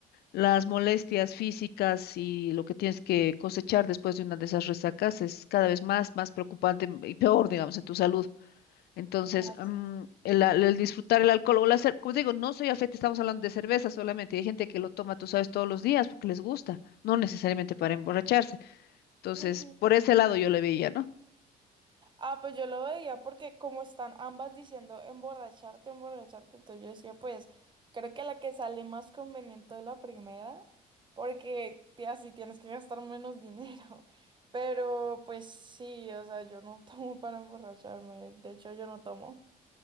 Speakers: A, on the left; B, on the right.
A: las molestias físicas y lo que tienes que cosechar después de una de esas resacas es cada vez más, más preocupante y peor, digamos, en tu salud. Entonces,
B: Así.
A: mm, el, al- el disfrutar el alcohol o la cer- como te digo, no soy afecta, estamos hablando de cerveza solamente. Hay gente que lo toma, tú sabes, todos los días porque les gusta, no necesariamente para emborracharse. Entonces,
B: Ujú.
A: por ese lado yo le veía, ¿no?
B: Ah, pues yo lo veía porque como están ambas diciendo emborracharte, emborracharte, entonces yo decía, pues creo que la que sale más conveniente es la primera, porque te- así tienes que gastar menos dinero. <laughs> Pero pues sí, o sea, yo no <laughs> tomo para emborracharme, de hecho yo no tomo.